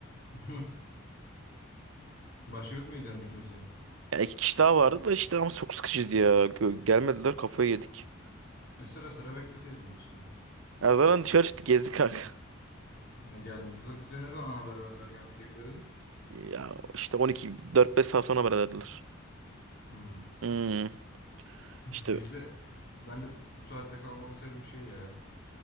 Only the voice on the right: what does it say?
Ya iki kişi daha vardı da işte ama çok sıkıcıydı ya. Gö- Gelmediler kafayı yedik.
Ya zaten dışarı çıktık gezdik kanka. <laughs>
Ya işte on iki dört beş saat sonra haber verdiler.
Hmm,
işte